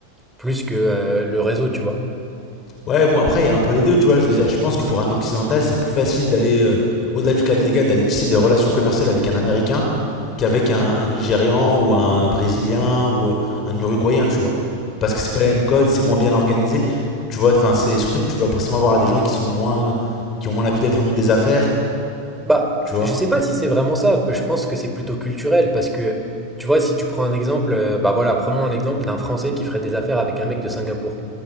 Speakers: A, in the centre; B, on the left.
A: plus que euh, le réseau, tu vois.
B: Ouais, bon après, il y a un peu les deux, tu vois, je veux dire, je pense que pour un occidental, c'est plus facile d'aller euh, au-delà du cadre légal, d'aller tisser des relations commerciales avec un Américain qu'avec un, un Nigérian ou un Brésilien ou euh, un Uruguayen, tu vois. Parce que c'est pas les mêmes codes, c'est moins bien organisé. Tu vois, enfin, c'est surtout que tu vas forcément avoir à des gens qui sont moins, qui ont moins l'habitude avec le monde des affaires,
A: Bah,
B: tu vois.
A: je sais pas si c'est vraiment ça. Je pense que c'est plutôt culturel parce que, tu vois, si tu prends un exemple, euh, bah voilà, prenons un exemple d'un Français qui ferait des affaires avec un mec de Singapour.